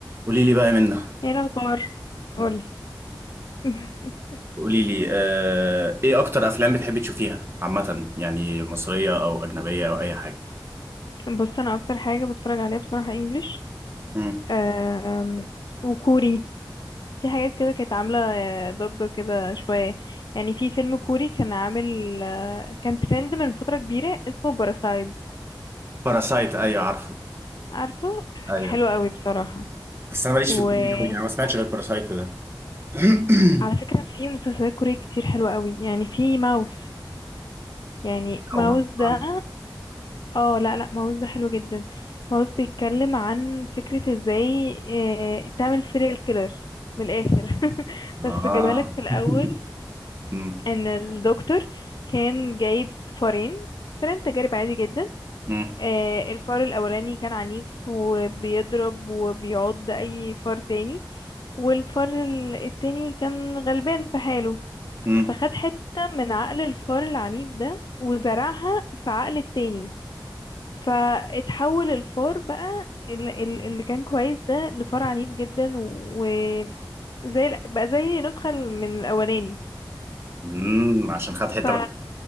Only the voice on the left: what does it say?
ايه الاخبار قولي
<laughs>
بص انا اكتر حاجه بتفرج عليها بصراحه انجليش
أم، وكوري في حاجات كده كانت عامله آه، ضجه كده شويه يعني في فيلم كوري كان عامل آه، كان ترند من فتره كبيره اسمه باراسايد
عارفه
حلو قوي بصراحه
وعلى
فكره في مسلسلات كوري كتير حلوه قوي يعني في ماوس يعني ماوس
ده
اه لا لا ماوس ده حلو جدا ماوس بيتكلم عن فكرة ازاي آه، تعمل سيريال كيلر من الاخر <laughs>
بس جابها لك في الاول
ان الدكتور كان جايب فارين فارين تجارب عادي جدا
آه، الفار الاولاني كان عنيف وبيضرب وبيعض اي فار تاني والفار ال- التاني كان غلبان في حاله
فخد حتة من عقل الفار العنيف ده وزرعها في عقل التاني فاتحول الفار بقى ال- ال- اللي كان كويس ده لفار عنيف جدا وزي ال- بقى زي نسخة من الأولاني
ف